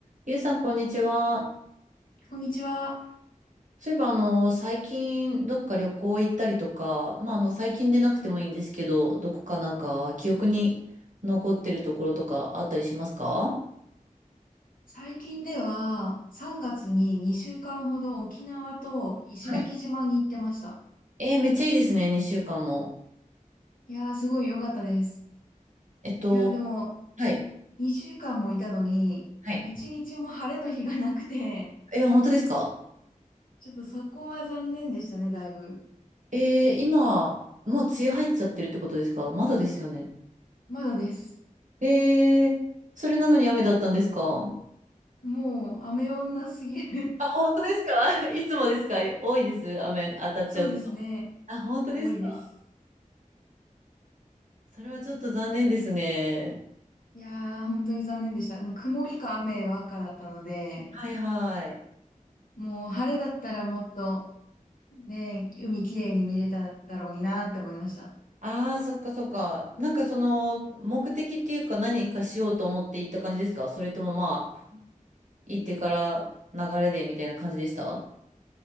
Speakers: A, on the right (about 65°); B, on the left (about 85°).
A: ゆうさん、こんにちは。
B: こんにちは。
A: そういえば、あの、最近、どっか旅行行ったりとか、まあ、あの、最近でなくてもいいんですけど、どこかなんか、記憶に残ってるところとかあったりしますか
B: 最近では3月に2週間ほど沖縄と石垣島に行ってました。
A: はい。えー、めっちゃいいですね、2週間も。
B: いやーすごい良かったです。
A: えっと、
B: いやーでも
A: はい。
B: 2週間もいたのに1日も晴れの日がなくて、
A: はい。え本当ですか
B: ちょっとそこは残念でしたね、だいぶ。
A: えー、今、もう梅雨入っちゃってるってことですかまだですよね。
B: まだです。
A: えー、それなのに雨だったんですか
B: もう雨女すぎる
A: あ、本当ですか <laughs> いつもですか多いです、雨に当たっちゃうこと。
B: <laughs> そうですね。
A: あ、本当ですか
B: 多いです。
A: それはちょっと残念ですね。
B: いやー本当に残念でした。もう曇りか雨ばっかだったので、
A: はいはい。
B: もう晴れだったらもっとね、海きれいに見れただろうになって思いました。
A: ああ、そっかそっか。なんかその目的っていうか何かしようと思って行った感じですかそれともまあ、行ってから流れでみたいな感じでした